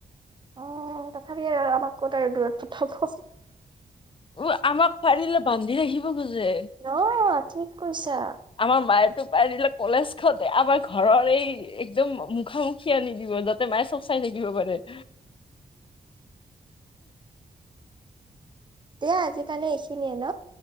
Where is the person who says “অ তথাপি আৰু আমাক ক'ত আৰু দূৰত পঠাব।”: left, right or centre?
Right